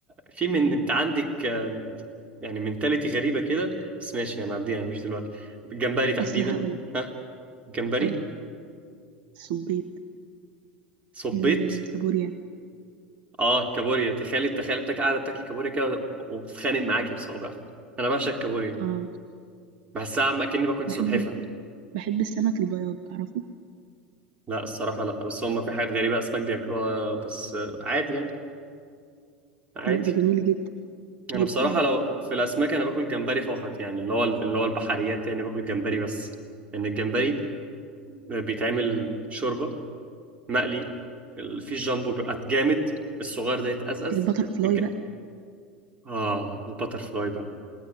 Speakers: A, on the right; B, on the right.
A: في من انت عندك آه، يعني منتاليتي غريبة كده بس ماشي هنعديها مش دلوقتي الجمبري تحديدا
B: اصل هقول لك
A: ها جمبري
B: اي الصبيط
A: صبيت
B: الكابوريا
A: اه كابوريا تخيلي تخيلي بتاك قاعدة بتاكلي كابوريا كده وبتتخانق معاكي بصوابع انا بعشق الكابوريا
B: اه
A: بحسها عم اكني باكل سلحفة
B: بحب ال- بحب السمك البياض تعرفه
A: لا الصراحة لا بس هم في حاجات غريبة اسماك بياكلوها بس آه، عادي يعني عادي
B: لا ده جميل جدا
A: انا
B: بيبقى
A: بصراحة لو في الاسماك انا باكل جمبري فقط يعني اللي هو اللي هو البحريات يعني باكل جمبري بس لان يعني الجمبري بيتعمل شوربة مقلي ال- في الجامبو بيبقى جامد الصغير ده يتأزأز
B: البتر فلاي
A: الج...
B: بقى
A: اه البتر فلاي بقى